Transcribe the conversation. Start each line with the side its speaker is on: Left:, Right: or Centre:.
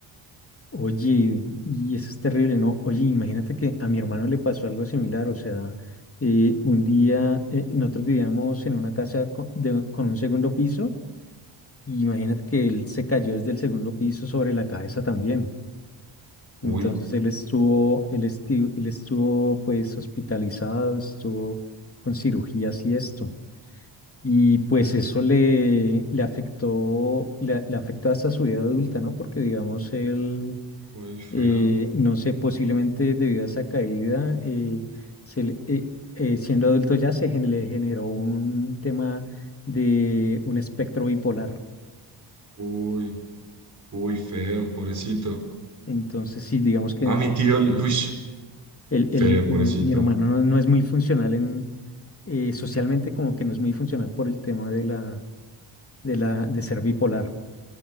Left: Oye, y eso es terrible, ¿no? Oye, imagínate que a mi hermano le pasó algo similar, o sea, eh, un día eh, nosotros vivíamos en una casa co- de- con, un segundo piso, y imagínate que él se cayó desde el segundo piso sobre la cabeza también. Entonces
Right: Uy,
Left: él estuvo, él estu- él estuvo pues hospitalizado, estuvo con cirugías y esto. Y pues eso le, le afectó, le, le afectó hasta su vida adulta, ¿no? Porque digamos, él,
Right: uy, feo.
Left: eh, no sé, posiblemente debido a esa caída, eh, se le- eh, eh, siendo adulto ya se gen- le generó un tema de un espectro bipolar.
Right: Uy, uy, feo, pobrecito.
Left: Entonces, sí, digamos que
Right: A
Left: el,
Right: mi tío, uy,
Left: el-
Right: feo,
Left: el-
Right: pobrecito.
Left: el- mi hermano no, no es muy funcional en, eh, socialmente, como que no es muy funcional por el tema de la, de la, de ser bipolar.